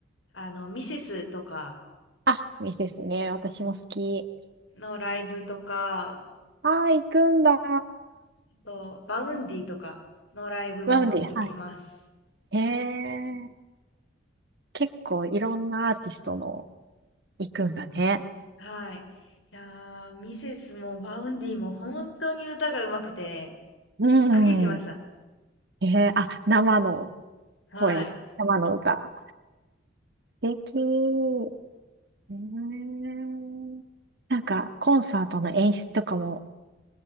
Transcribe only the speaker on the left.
あの、ミセスとか
のライブとか、
あと、バウンディとかのライブも行きます。
はい。いやー、ミセスもバウンディも本当に歌が上手くて、
びっくりしました。
はい。